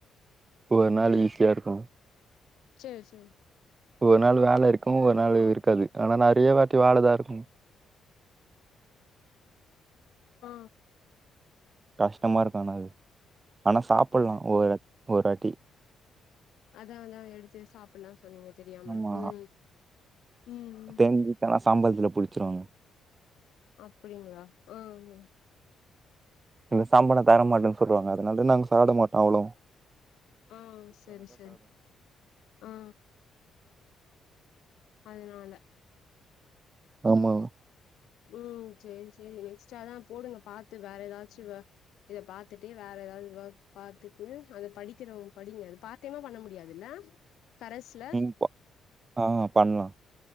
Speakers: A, on the right; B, on the left.
A: ஒரு நாளு ஈஸியா இருக்கு
B: சேர் சேரிங்
A: ஒவ்வொரு நாளு வேல இருக்கு ஒவ்வொரு நாளு இருக்காது ஆனா நெறைய வாட்டி வேல தா இருக்கும்
B: ஆ
A: கஷ்டமா இருக்கு ஆனா அது ஆனா சாப்புட்லா
B: அப்
A: ஒரு ஒவ்வொரு வாட்டி
B: அதா அதா எடுத்து சாப்புட்லா சொன்னீங்க தெரியாம
A: ஆமா
B: ம் ம் ம்
A: எங்களுக்கெல்லா சம்பளத்துல புடிச்சுருவங்க
B: அப்புடிங்களா ஆ ஆமாங்க
A: இந்த சம்பளோ தரமாட்டேன்னு சொல்லுவாங்க அதுனால தா நாங்க சாப்ட மாட்டோ அவ்ளோவு
B: ஆ செரி செரி ஆ அதுனால
A: ஆமாங்
B: ம் செரி செரி நெக்ஸ்ட் அதா போடுங்க பாத்து வேற எதாச்சு வ இத பாத்துட்டே வேற எதாவது வெர்க் பாத்துக்குன்னு அத படிக்கிறவுங்க படிங்க அது பாத் சத்தியமா பண்ண முடியாதுல்ல கரஸ்ல
A: ம் ப ஆ பண்லா